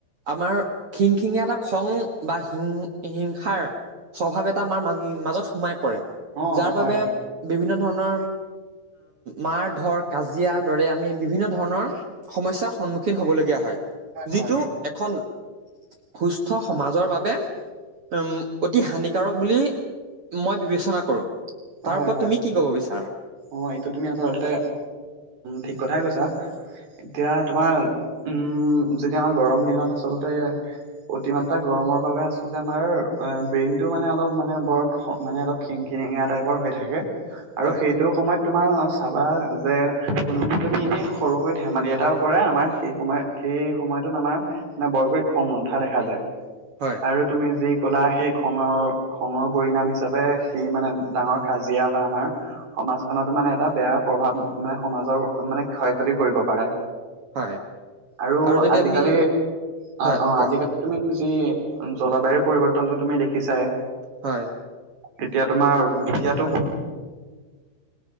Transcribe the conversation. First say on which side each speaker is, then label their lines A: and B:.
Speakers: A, on the right (about 65°); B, on the right (about 50°).
A: আমাৰ খিংখিঙীয়া এটা খং বা হিং হিংসাৰ স্বভাৱ এটা আমাৰ মাজত সোমাই পৰে।
B: অ
A: যাৰ
B: হয়
A: বাবে
B: হয়
A: বিভিন্ন ধৰণৰ মাৰ-ধৰ, কাজিয়াৰ দৰে আমি বিভিন্ন ধৰণৰ সমস্যাৰ সন্মুখীন হ'ব লগীয়া হয়,
B: হয়
A: যিটো এখন সুস্থ সমাজৰ বাবে উম্, অতি হানিকাৰক বুলি মই বিবেচনা কৰোঁ। তাৰ
B: হয় হয়
A: ওপৰত
B: হয়
A: তুমি কি ক'ব বিচাৰা?
B: অ', এইটো তুমি আচলতে ঠিক কথাই কৈছাঁ, এতিয়া তোমাৰ
A: হয়,
B: উম্, যেতিয়া আমাৰ গৰম দিনত আচলতে অতিমাত্ৰা গৰমৰ বাবে আচলতে আমাৰ ব্ৰেইনটো মানে অলপ মানে বৰ খং মানে অলপ খিং খিঙিয়া টাইপৰ হৈ থাকে আৰু
A: হয়,
B: সেই সময়ত তোমাৰ চাবা যে, কোনোবা যদি এনেই সৰুকৈ ধেমালি এটাও কৰে। আমাৰ সেই সময়ত সেই সময়টোত আমাৰ মানে বৰকৈ খং নুঠা দেখা যায়।
A: হয়।
B: আৰু তুমি যি কলা, সেই খঙৰ খঙৰ পৰিনাম হিচাপে, সি মানে ডাঙৰ কাজিয়া বা আমাৰ সমাজখনত মানে এটা বেয়া প্ৰভাৱ, মানে সমাজৰ মানে ক্ষয় ক্ষতি কৰিব পাৰে।
A: হয়
B: আৰু
A: যদি
B: আজিকালি
A: আমি হয়
B: অ',
A: কোৱা
B: আজিকালি তুমি যি জলবায়ুৰ পৰিৱৰ্তনটো তুমি দেখিছাই।
A: হয়।
B: তেতিয়া তোমাৰ, তেতিয়াতো